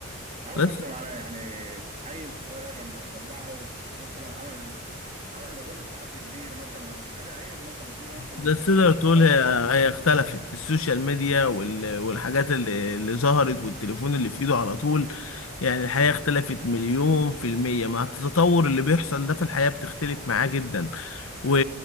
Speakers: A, on the right; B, on the left.
A: النهارده
B: بس
A: انت مع يعني عيل صغير لما تدلعه ومثلا عمل عمل غلط في حد كبير مثلا ودي حاجه عيب مثلا زي زمان كنا
B: بس
A: نحتاج
B: تقدر
A: ممكن
B: تقول
A: خلاص
B: هي
A: انت
B: هي اختلفت السوشيال ميديا وال- والحاجات اللي, اللي ظهرت والتليفون اللي في ايده على طول يعني الحياة اختلفت مليون في المية مع التطور اللي بيحصل ده في الحياة بتختلف معاه جدا و...